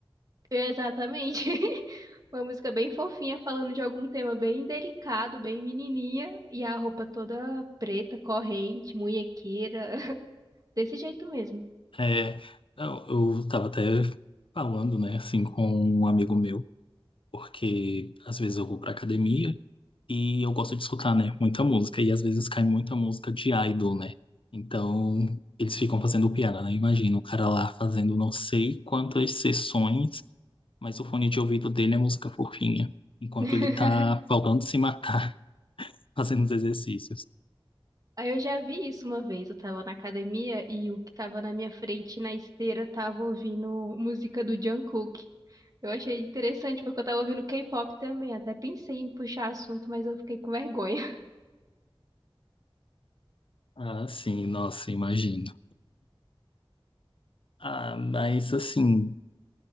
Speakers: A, on the right; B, on the left.
A: É Exatamente. <laughs> Uma música bem fofinha, falando de algum tema bem delicado, bem menininha, e a roupa toda preta, corrente, munhequeira, <laughs> desse jeito mesmo.
B: É, eu, eu tava até falando, né, assim, com um amigo meu, porque às vezes eu vou pra academia e eu gosto de escutar, né, muita música. E às vezes cai muita música de idol, né? Então eles ficam fazendo piada, né? Imagina o cara lá fazendo não sei quantas sessões mas o fone de ouvido dele é música fofinha, enquanto
A: <laughs>
B: ele tá faltando se matar <laughs> fazendo os exercícios.
A: Aí eu já vi isso uma vez, eu tava na academia e o que tava na minha frente na esteira tava ouvindo música do Jungkook. Eu achei interessante porque eu tava ouvindo K-pop também, até pensei em puxar assunto, mas eu fiquei com vergonha. <laughs>
B: Ah, sim, nossa, imagino. Ah, mas assim,